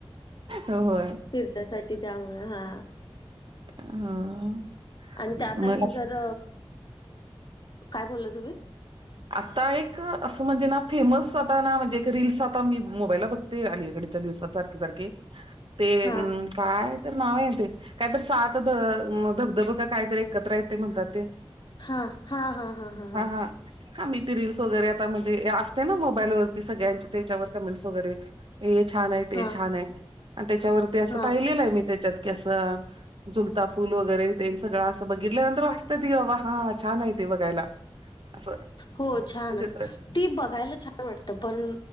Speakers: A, on the right (about 60°); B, on the left (about 50°).
A: होय.
B: फिरता साठी त्यामुळे हा
A: हां.
B: आणि त्यात आणि
A: मग
B: जर काय बोला तुम्ही?
A: आता एक असं म्हणजे ना फेमस जाता ना म्हणजे एक रीलस आता मी मोबाईलला बघते अलीकडे त्या दिवस सारखे सारखे ते्
B: हा
A: काय तर नाव य ते काय तर सात ध धबधब का कायत एकत्र आहेत ते म्हणतात ते.
B: हा हा हा हा हा हा.
A: हां. हा मी ती रीलल्स वगैरे आता म्हणजे असते ना मोबाईलवरती सगळ्यांचे त्याच्यावर कमेंट्स वगैरे. हे छान आहे ते
B: हा
A: छान आहे आणि त्याच्यावरती असं
B: हा
A: पाहिलेलं आहे मी त्याच्यात की असं झुलता फूल वगैरे ते सगळं असं बघितल्यानंतर वाटतं ती बाबा हां छान आहे ते बघायला. असं
B: हो छान
A: म्हणजे
B: आहे. ती बघायला छान वाटतं पण